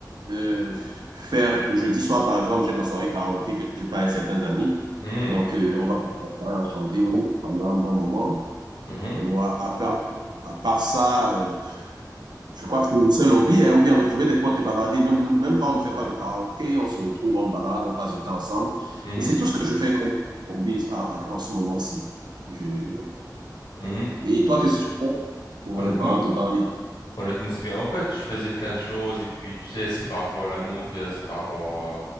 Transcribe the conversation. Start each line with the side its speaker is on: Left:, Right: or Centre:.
Right: euh, faire le jeudi soir, par exemple, j'ai ma soirée karaoké que je fais avec certains amis.
Left: Hmm,
Right: Donc, euh, on va passer la soirée à chanter oui, pendant un bon moment.
Left: mhm,
Right: Et voilà, à part, à part ça, euh, Je crois que c'est le seul hobby, hein, ou bien retrouver des potes et bavarder. Même, même quand on ne fait pas de karaoké, on se retrouve, on balade, on passe du temps ensemble.
Left: mhm,
Right: Et c'est tout ce que je fais comme hobby à- à- en ce moment-ci. Je-
Left: mhm.
Right: Et toi, qu'est-ce que tu fais pour,
Left: Honnêtement,
Right: euh, pendant ton temps libre?
Left: Honnêtement, c'est bien. En fait, je faisais plein de choses et puis, tu sais, c'est par rapport à la mode, euh, c'est par rapport euh,